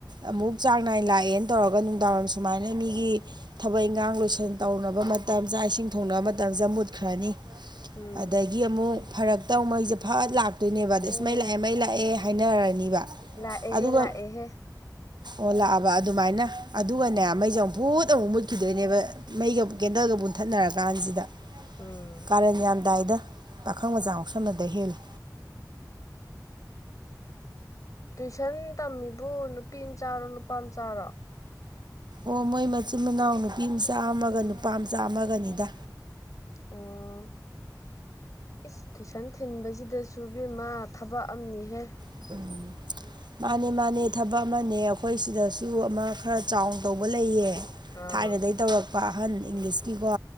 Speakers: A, on the right; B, on the left.
A: ꯑꯃꯨꯛ ꯆꯥꯡ ꯅꯥꯏ ꯂꯥꯛꯑꯦꯅ ꯇꯧꯔꯒ ꯅꯨꯡꯗꯥꯡ ꯋꯥꯏꯝ ꯁꯨꯃꯥꯏꯅ ꯃꯤꯒꯤ ꯊꯕꯛ ꯏꯟꯈꯥꯡ ꯂꯣꯏꯁꯟ ꯇꯧꯅꯕ ꯃꯇꯝ ꯆꯥꯛ ꯏꯁꯤꯡ ꯊꯣꯡꯅꯕ ꯃꯇꯝꯁꯦ ꯃꯨꯠꯈ꯭ꯔꯅꯤ
B: ꯎꯝ
A: ꯑꯗꯒꯤ ꯑꯃꯨꯛ ꯐꯔ ꯇꯧꯉꯩꯁꯦ ꯐꯠ ꯂꯥꯛ ꯑꯗꯨꯣꯏꯅꯦꯕ ꯑꯗ
B: ꯑꯦ
A: ꯑꯁ ꯃꯩ ꯂꯥꯛꯑꯦ ꯃꯩ ꯂꯥꯛꯑꯦ ꯍꯥꯏꯅꯔꯅꯤꯕ
B: ꯂꯥꯛꯑꯦꯍꯦ
A: ꯑꯗꯨꯒ
B: ꯂꯥꯛꯑꯦꯍꯦ
A: ꯑꯣ ꯂꯥꯛꯑꯕ ꯑꯗꯨꯃꯥꯏꯅ ꯑꯗꯨꯒꯅꯦ ꯃꯩꯁꯦ ꯑꯃꯨꯛꯐꯨꯠ ꯑꯃꯨꯛ ꯃꯨꯠꯈꯤꯗꯣꯏꯅꯦꯕ ꯃꯩꯒ ꯀꯦꯟꯗꯜꯒ ꯃꯨꯟꯊꯠꯅꯔ ꯀꯥꯟꯁꯤꯗ
B: ꯎꯝ
A: ꯀꯥꯔꯟ ꯌꯥꯝ ꯇꯥꯏꯗ ꯄꯥꯈꯪ ꯃꯆꯥ ꯉꯥꯎꯁꯟꯅꯕꯗꯩ ꯍꯦꯜꯂꯤ
B: ꯇꯨꯏꯁꯟ ꯇꯝꯃꯤꯕꯨ ꯅꯨꯄꯤ ꯃꯆꯥꯔꯣ ꯅꯨꯄꯥ ꯃꯆꯥꯔꯣ
A: ꯑꯣ ꯃꯣꯏ ꯃꯆꯤꯟ ꯃꯅꯥꯎ ꯅꯨꯄꯤ ꯃꯆꯥ ꯑꯃꯥꯒ ꯅꯨꯄꯥ ꯃꯆꯥ ꯑꯃꯥꯒꯅꯤꯗ
B: ꯑꯣ ꯏꯁ ꯇꯨꯏꯁꯟ ꯊꯤꯟꯕꯖꯤꯗꯁꯨ ꯏꯕꯦꯝꯃꯥ ꯊꯕꯛ ꯑꯃꯥꯅꯤꯍꯦ
A: <unintelligible> ꯃꯥꯅꯦ ꯃꯥꯅꯦ ꯊꯕꯛ ꯑꯃꯅꯦ ꯑꯩꯈꯣꯏ ꯁꯤꯗꯁꯨ ꯑꯃꯥ ꯈꯔ ꯆꯥꯎꯅ ꯇꯧꯕ ꯂꯩꯌꯦ
B: ꯑꯥ
A: ꯊꯥꯏꯅꯗꯩ ꯇꯧꯔꯛꯄ ꯑꯍꯟ ꯏꯪꯂꯤꯁꯀꯤꯀꯣ
B: ꯎꯝ